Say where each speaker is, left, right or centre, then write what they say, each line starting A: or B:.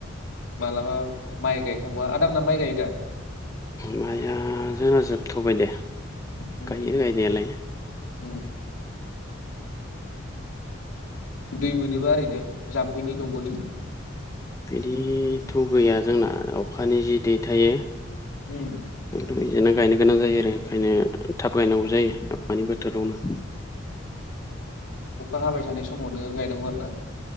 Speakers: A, on the left; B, on the left.
A: मालाबा माइ गायखांबा आदामोना माइ गायो दा
B: माया जोंना जोबथबाय दे
A: उम
B: गायो
A: उम
B: गायनायालाय
A: उम दै मोनोबा ओरैनो जाम्फैनि दंग नि
B: बिदिथ गैया जोंना अखानि जि दै थायो
A: उम
B: बिदिनो गायनो गोनां जायो आरो ओंखायनो थाब गायनांगौ जायो हानि बोथोरावनो
A: अखा हाबाय थानाय समावनो गायनांगौ आरो ना।